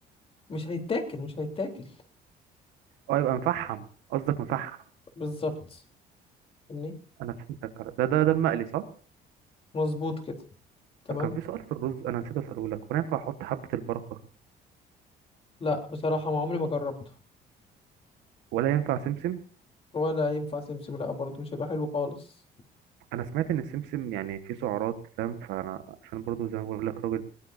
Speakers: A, on the left (about 35°); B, on the right (about 85°).
A: مش هيتاكل مش هيتاكل
B: اه يبقى مفحم قصدك مفحم
A: بالظبط فاهمني
B: انا فهمتك ده ده ده المقلي صح
A: مظبوط كده تمام
B: طب كان في سؤال في الرز انا نسيت اساله لك هو أنا ينفع احط حبة البركة
A: لا بصراحة ما عمري ما جربته
B: ولا ينفع سمسم
A: ولا ينفع سمسم لا برضه مش هيبقى حلو خالص
B: انا سمعت ان السمسم يعني فيه سعرات فاهم فانا عشان برضو زي ما بقول لك راجل